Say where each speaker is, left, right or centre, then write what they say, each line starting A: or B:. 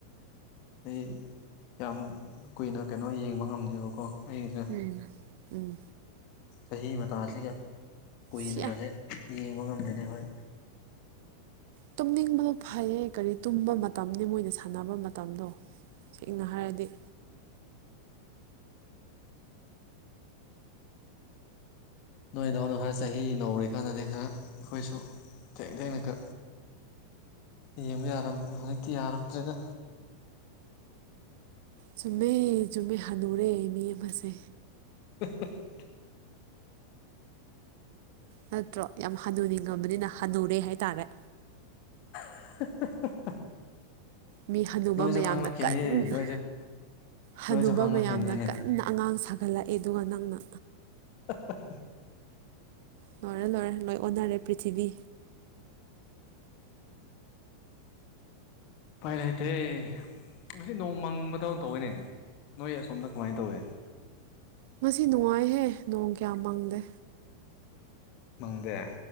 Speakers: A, on the left (about 40°); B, on the right (about 50°).
A: ꯑꯩ ꯌꯥꯝ ꯀꯨꯏꯅ ꯀꯩꯅꯣ ꯌꯦꯡꯕ ꯉꯝꯗꯦꯕꯀꯣ ꯑꯩꯒꯤꯁꯦ
B: ꯎꯝ ꯎꯝ
A: ꯆꯍꯤ ꯃꯇꯥꯁꯤꯒ ꯀꯨꯏꯅꯒꯖꯦ
B: ꯁꯤꯌꯥ
A: ꯌꯦꯡꯕ ꯉꯝꯗꯦꯗ ꯈꯣꯏ
B: ꯇꯨꯝꯅꯤꯡꯕꯗꯣ ꯐꯩꯌꯦ ꯀꯔꯤ ꯇꯨꯝꯕ ꯃꯇꯝꯅꯤ ꯃꯣꯏꯅ ꯁꯥꯟꯅꯕ ꯃꯇꯝꯗꯣ ꯁꯦꯡꯅ ꯍꯥꯏꯔꯗꯤ
A: ꯅꯣꯏꯗꯧꯅ ꯈꯔ ꯆꯍꯤ ꯅꯧꯔꯤꯀꯥꯟꯗꯗꯤ ꯈꯔ ꯈꯣꯏꯁꯨ ꯊꯦꯡ ꯊꯦꯡꯅ ꯀ ꯌꯦꯡꯕ ꯌꯥꯔꯝꯕꯅꯦ ꯍꯨꯖꯤꯛꯇꯤ ꯌꯥꯔꯛꯇ꯭ꯔꯦꯗ
B: ꯆꯨꯝꯃꯦ ꯆꯨꯝꯃꯦ ꯍꯅꯨꯔꯦ ꯃꯤ ꯑꯃꯁꯦ
A: <unintelligible>
B: ꯅꯠꯇ꯭ꯔꯣ ꯌꯥꯝ ꯍꯟꯅꯨꯅꯤꯡꯉꯝꯕꯅꯤꯅ ꯍꯟꯅꯨꯔꯦ ꯍꯥꯏꯇꯥꯔꯦ
A: <unintelligible>
B: ꯃꯤ ꯍꯅꯨꯕ
A: ꯅꯣꯏꯁꯨ
B: ꯃꯌꯥꯝꯅ
A: ꯈꯪꯂꯛꯈꯤꯅꯤ
B: ꯀꯟꯅ
A: ꯅꯣꯏꯁꯨ
B: ꯍꯅꯨꯕ
A: ꯅꯣꯏꯁꯨ ꯈꯪꯂꯛꯈꯤꯅꯤ
B: ꯃꯌꯥꯝꯅ ꯀꯟꯅ ꯑꯉꯥꯡ ꯁꯥꯒꯠꯂꯛꯑꯦ ꯑꯗꯨꯒ ꯅꯪꯅ
A: <unintelligible>
B: ꯂꯣꯏꯔꯦ ꯂꯣꯏꯔꯦ ꯂꯣꯏ ꯑꯣꯟꯅꯔꯦ ꯄ꯭ꯔꯤꯊꯤꯕꯤ
A: ꯎꯄꯥꯏ ꯂꯩꯇꯦ ꯉꯁꯤ ꯅꯣꯡ ꯃꯪꯕꯗꯧ ꯇꯧꯋꯦꯅꯦ ꯅꯣꯏ ꯑꯁꯣꯝꯗ ꯀꯃꯥꯏ ꯇꯧꯋꯦ
B: ꯉꯁꯤ ꯅꯨꯡꯉꯥꯏꯍꯦ ꯅꯣꯡ ꯀꯌꯥ ꯃꯪꯗꯦ
A: ꯃꯪꯗꯦ